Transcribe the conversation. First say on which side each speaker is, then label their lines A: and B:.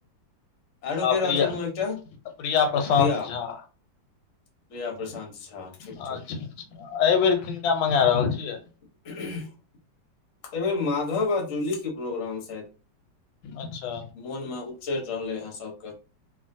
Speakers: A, on the left (about 50°); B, on the left (about 85°).
A: आरो क
B: प्रिया
A: रथिन ओ एकटा
B: प्रिया प्रशान्त
A: रिया
B: झा
A: प्रिया प्रशान्त झा ठीक
B: अच्छा
A: ठीक।
B: एहि बेर किनका मगा रहल छियै
A: ह। एहि बेर माधव आ जूली के प्रोग्राम छथि
B: अच्छा
A: मोनमे उपचरि रहलै हँ सभके